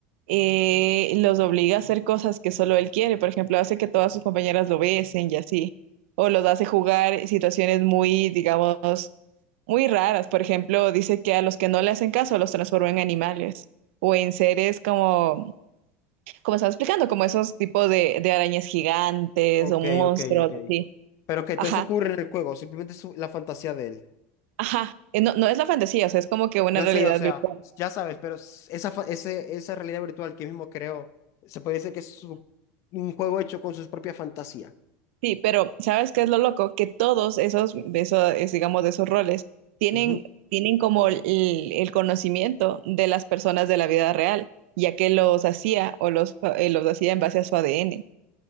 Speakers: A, on the right; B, on the left.
A: eh, los obliga a hacer cosas que solo él quiere. Por ejemplo, hace que todas sus compañeras lo besen y así. O los hace jugar situaciones muy, digamos, muy raras. Por ejemplo, dice que a los que no le hacen caso los transforma en animales o en seres como, como estaba explicando, como esos tipos de, de arañas gigantes
B: Ok,
A: o monstruos,
B: ok, ok.
A: así.
B: Pero que
A: Ajá,
B: todo eso ocurre en el juego, simplemente es la fantasía de él.
A: ajá. Eh, No, no es la fantasía, o sea, es como que una
B: Yo
A: realidad
B: sé, o sea,
A: virtual.
B: ya sabes, pero s- esa, fa- ese- esa realidad virtual que él mismo creó, se puede decir que es su- un juego hecho con sus propias fantasías.
A: Sí, pero ¿sabes qué es lo loco? Que todos esos, esos es, digamos, de esos roles tienen,
B: Ujú.
A: tienen como el, el conocimiento de las personas de la vida real, ya que los hacía o los, eh, los hacía en base a su ADN.